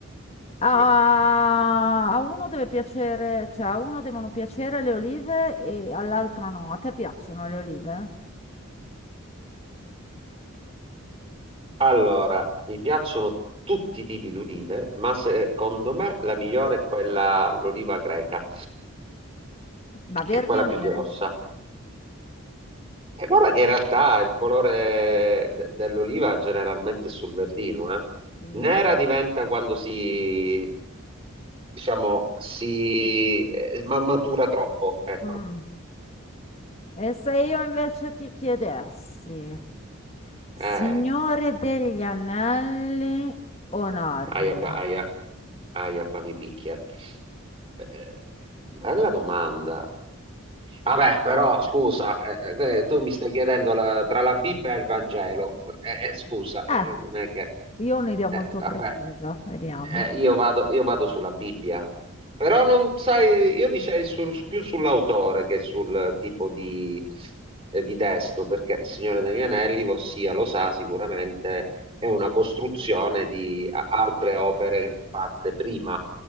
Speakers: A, on the left (about 30°); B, on the right (about 25°).
A: A,
B: eh. Eh.
A: a uno deve piacere, cioè a uno devono piacere le olive e all'altra no. A te piacciono le olive?
B: Allora, mi piacciono tutti i tipi di olive, ma secondo me la migliore è quella, l'oliva greca,
A: Ma
B: che
A: verdi
B: è quella
A: o
B: più
A: nere?
B: grossa. E guarda che in realtà il colore de- dell'oliva generalmente è sul verdino, eh.
A: Mm.
B: Nera diventa quando si, diciamo, si eh, ma- matura troppo, ecco.
A: Mm. E se io invece ti chiedessi, Signore
B: Eh,
A: degli Anelli o Narnia?
B: aia qua, aia, aia qua mi picchia. Eh, bella domanda. Vabbè, però scusa, eh, eh, eh, tu mi stai chiedendo la- tra la Bibbia e il Vangelo. Eh, eh, scusa,
A: Eh,
B: eh, non è che...
A: io ho un'idea
B: eh,
A: molto
B: vabbè,
A: precisa, vediamo.
B: eh, io vado, io vado sulla Bibbia. Però non sai, io dicevo sul- più sull'autore che sul tipo di, eh, di testo, perché Il Signore degli Anelli, ossia, lo sa sicuramente, è una costruzione di a- altre opere fatte prima